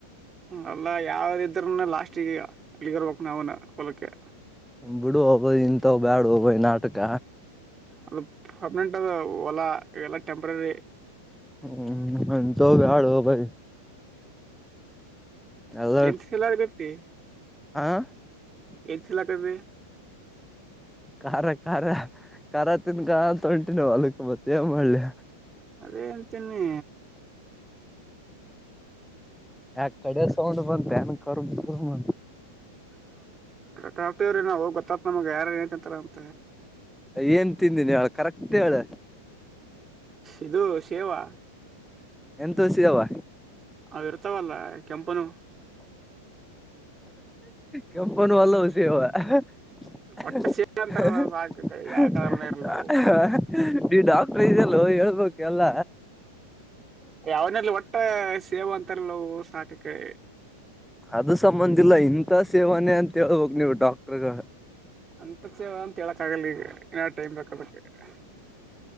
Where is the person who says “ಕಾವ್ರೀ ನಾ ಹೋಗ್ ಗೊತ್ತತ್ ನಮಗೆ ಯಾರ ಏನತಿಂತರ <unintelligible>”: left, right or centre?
Right